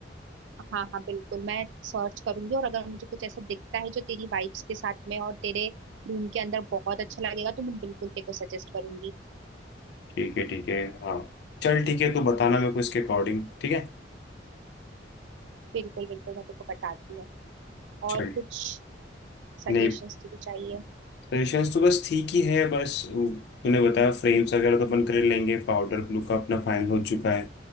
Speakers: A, on the right; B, on the left.
A: हाँ हाँ बिल्कुल मैं सर्च करूंगी और अगर मुझे कुछ ऐसा दिखता है जो तेरी वाइब्स के साथ में और तेरे रूम के अंदर बहुत अच्छा लगेगा तो मैं बिल्कुल तेरे को सजेस्ट करूंगी
B: ठीक है ठीक है हाँ चल ठीक है तू बताना मेरे को इसके अकॉर्डिंग ठीक है
A: बिल्कुल बिल्कुल मैं तेरे को बताती हूँ
B: चल
A: और कुछ सजेशंस
B: नहीं
A: तुझे चाहिए
B: परेशानी तो बस ठीक ही है बस वो तूने बताया फ्रेम्स वगैरह तो अपन कर लेंगे पाउडर ब्लू का अपना फाइनल हो चुका है